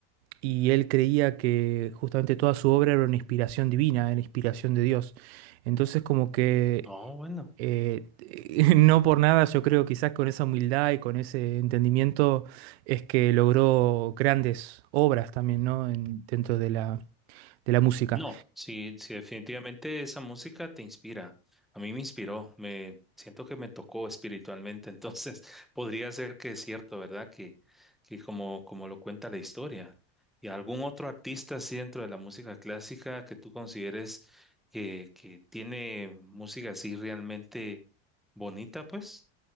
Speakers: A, on the right; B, in the centre.
A: y él creía que justamente toda su obra era una inspiración divina, era inspiración de Dios. Entonces como que
B: No, bueno.
A: eh, <laughs> no por nada yo creo quizás con esa humildad y con ese entendimiento es que logró grandes obras también, ¿no? En- dentro de la, de la música.
B: No, sí, sí, definitivamente esa música te inspira. A mí me inspiró, me siento que me tocó espiritualmente. Entonces, <laughs> podría ser que es cierto, ¿verdad? Que, que como, como lo cuenta la historia. ¿Y algún otro artista así dentro de la música clásica que tú consideres que, que tiene música así realmente bonita, pues?